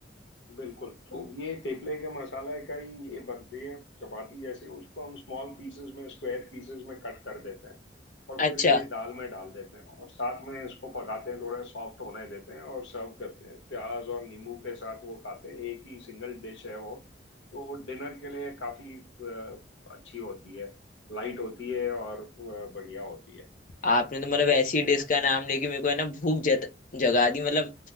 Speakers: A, on the left (about 85°); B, on the left (about 45°).
A: बिल्कुल तो ये तेपले के मसाला का ही ये बनती है चपाती जैसे उसको हम स्मॉल पीसेस में स्क्वायर पीसेस में कट कर देते हैं और
B: अच्छा
A: फिर ये दाल में डाल देते हैं और साथ में इसको पकाते हैं थोड़ा सॉफ्ट होने देते हैं और सर्व करते हैं प्याज और नींबू के साथ वो खाते हैं एक ही सिंगल डिश है वो तो वो डिनर के लिए काफी अ, अच्छी होती है लाइट होती है और अ, बढ़िया होती है
B: आपने
A: तो
B: तो मतलब ऐसी
A: मैं
B: डिश का नाम लेके मेरे को है ना भूख जत, जगा दी मतलब